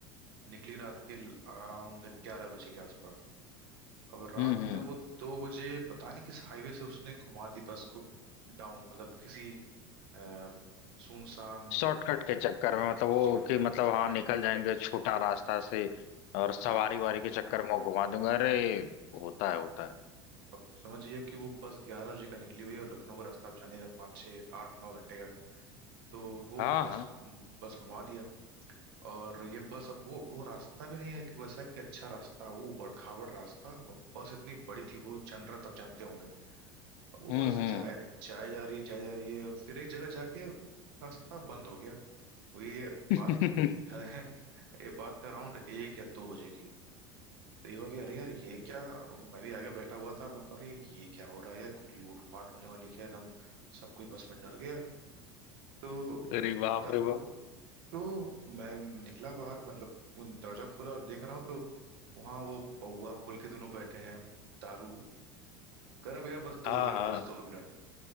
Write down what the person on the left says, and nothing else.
हम्म हम्म।
शॉर्टकट के चक्कर में मतलब वो
कि मतलब
हाँ निकल जाएंगे छोटा रास्ता से और सवारी
वारी के चक्कर में वो घुमा दूंगा अरे होता है होता है
हाँ
हाँ
हम्म
हम्म
<laughs>
अरे बाप
रे बाप
हाँ
हाँ